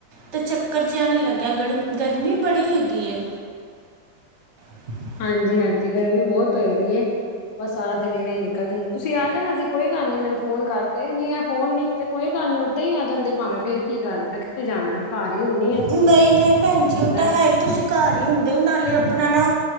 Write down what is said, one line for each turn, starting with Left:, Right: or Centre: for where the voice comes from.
Right: ਤੇ ਚੱਕਰ ਜਿਹਾ ਨਹੀਂ ਲੱਗਿਆ, ਗਰਮੀ-ਗਰਮੀ ਬੜੀ ਹੋ ਦੀ ਏ। <unintelligible>
Left: ਹਾਂਜੀ -ਹਾਂਜੀ, ਗਰਮੀ ਬਹੁਤ ਹੋਏ ਦੀ। ਬਸ ਸਾਰਾ ਦਿਨ ਇਵੇਂ ਹੀ ਨਿਕਲ ਜਾਂਦਾ, ਤੁਸੀਂ ਆ ਜਾਣਾ ਸੀ ਕੋਈ ਗੱਲ ਨੀ ਮੈਨੂੰ ਫੋ ਕਰਕੇ, ਨੀ ਐ ਫੋਨ ਨੀ ਤੇ ਕੋਈ ਗੱਲ ਨੀ ਉਦਾਂ ਹੀ ਆ ਜਾਂਦੇ ਭਾਵੇਂ, ਫੇਰ ਕੀ ਗੱਲ ਮੈਂ ਕਿੱਥੇ ਜਾਣਾ ਮੈਂ ਕੱਰ ਹੀ ਹੁੰਦੀ। ਹਾਂ
Right: ਨਹੀਂ- ਨਹੀਂ ਭੈਣ
Left: ਤੁਹਾਨੂੰ
Right: ਜ
Left: ਪਤਾ
Right: ਉਹ ਤਾਂ ਹੈ ਹੀ, ਤੁਸੀਂ ਘਰ ਹੀ ਹੁੰਦੇ ਹੋ ਨਾਲੇ ਆਪਣਾ ਨਾ